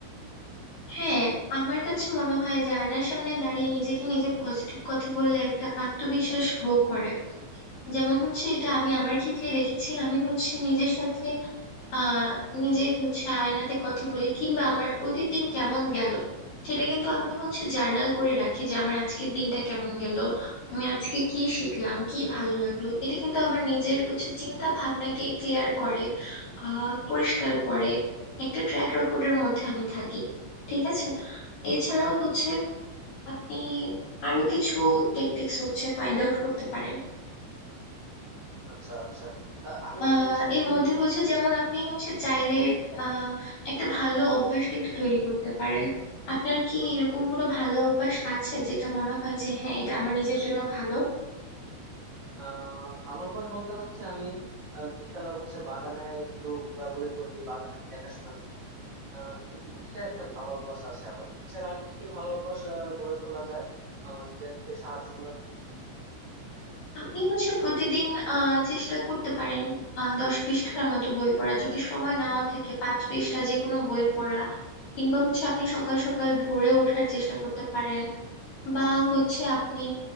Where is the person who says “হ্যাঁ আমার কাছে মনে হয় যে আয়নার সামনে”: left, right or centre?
Left